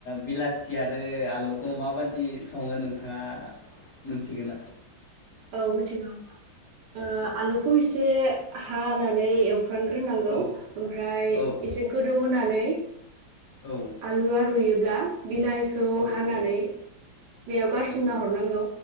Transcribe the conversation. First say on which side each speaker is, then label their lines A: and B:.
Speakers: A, on the left (about 55°); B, on the right (about 70°).
A: बिलाथि आरो आलुखौ माबादि सङो नोंथाङा मिथिगो ना?
B: औ मिथिगौ। ओ
A: औ
B: आलुखौ इसे हानानै एव फ्रानग्रोनांगौ
A: औ
B: ओमफ्राय
A: औ
B: एसे गोदौ होनानै
A: औ
B: आलु आलुयोब्ला बिलाइखौ
A: औ
B: हानानै
A: औ
B: बेयाव गारसोमना
A: नंगौ
B: हरनांगौ